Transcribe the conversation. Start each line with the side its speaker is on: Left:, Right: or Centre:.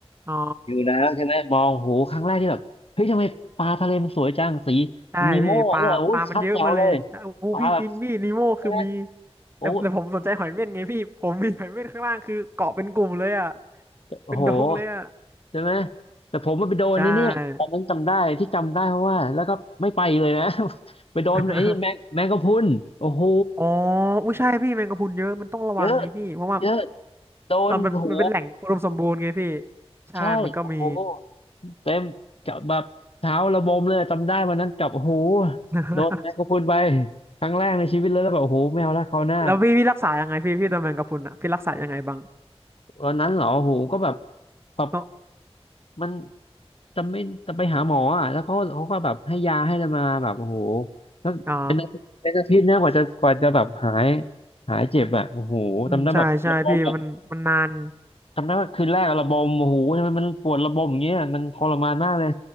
Right: อ๋อ
Left: ำ อยู่แล้วใช่ไหมมองโหครั้งแรกที่แบบเฮ้ยทำไมปลาทะเลมันสวยจังสี
Right: ใช่พี่ปลาปลามันเยอะมาเลยโอ้โหพี่จินพี่นีโม่คือมี
Left: นีโม่เนี่ยโอ้ยชัดแจ๋วเลยปลาแบบใช่ไหมโอ้
Right: แต่แต่ผมสนใจหอยเม่นไงพี่ผมมีหอยเม่นข้างล่างคือเกาะเป็นกลุ่มเลยอ่ะ
Left: โอ้โห
Right: เป็นดงเลยอ่ะ
Left: ใช่ไหมแต่ผมมันไปโดนนี่เนี่ยตอนนั้นจำได้ที่จำได้เพราะว่าแล้วก็ไม่ไปเลยนะ
Right: ใช่
Left: <laughs> ไปโดนไอ้นี่แมงแมงกะพรุนโอ้โห
Right: <laughs> อ๋ออุ้ยใช่พี่แมงกะพรุนเยอะมันต้องระวังไงพี่เพราะว่า
Left: เยอะเยอะโดนโอ้โห
Right: เรามันมันเป็นแหล่งอุดมสมบูรณ์ไงพี่ใช่มันก็มี
Left: ใช่โอ้โหเต็มกับแบบเท้าระบมเลยจำได้วันนั้นกับโอ้โห
Right: <laughs>
Left: โดนแมงกะพรุนไปครั้งแรกในชีวิตเลยแล้วแบบโอ้โหไม่เอาละคราวหน้า
Right: แล้วพี่พี่รักษายังไงพี่พี่โดนแมงกะพรุนอ่ะพี่รักษายังไงบ้าง
Left: วันนั้นเหรอโหก็แบบแบบ
Right: เนอะ
Left: มันจะไม่จะไปหาหมออ่ะแล้วเขาเขาก็แบบให้ยาให้อะไรมาแบบโอ้โหแล้วเป็นอาทิตย์เป็นอาทิตย์นะกว่าจะกว่าจะแบบหาย
Right: อ๋อ
Left: หายเจ็บอ่ะโอ้โหจำได้แบบระบมอ่ะ
Right: อืมใช่ใช่พี่มันมันนาน
Left: จำได้ว่าคืนแรกอะระบมโอ้โหทำไมมันปวดระบมอย่างเงี้ยมันทรมานมากเลย